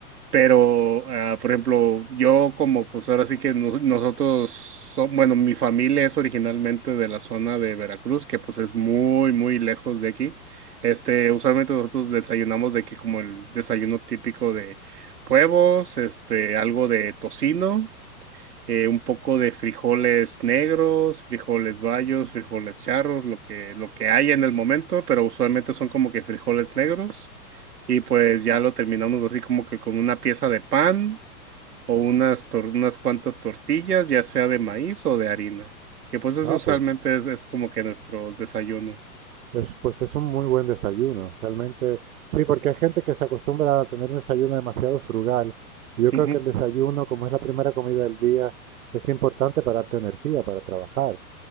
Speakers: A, on the right; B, on the right.
A: Pero, ah, por ejemplo, yo como pues ahora sí que no- nosotros, so- bueno, mi familia es originalmente de la zona de Veracruz, que pues es muy, muy lejos de aquí. Este, usualmente nosotros desayunamos de aquí como el desayuno típico de huevos, este, algo de tocino eh, un poco de frijoles negros, frijoles bayos, frijoles charros, lo que, lo que haya en el momento, pero usualmente son como que frijoles negros. Y pues ya lo terminamos así como que con una pieza de pan o unas, tor- unas cuantas tortillas, ya sea de maíz o de harina. Que pues eso
B: Ah,
A: usualmente
B: pues
A: es, es como que nuestro desayuno.
B: Es- pues es un muy buen desayuno, realmente. Sí, porque hay gente que se acostumbra a tener un desayuno demasiado frugal. Y yo
A: Ujú,
B: creo que el desayuno, como es la primera comida del día, es importante para darte energía, para trabajar.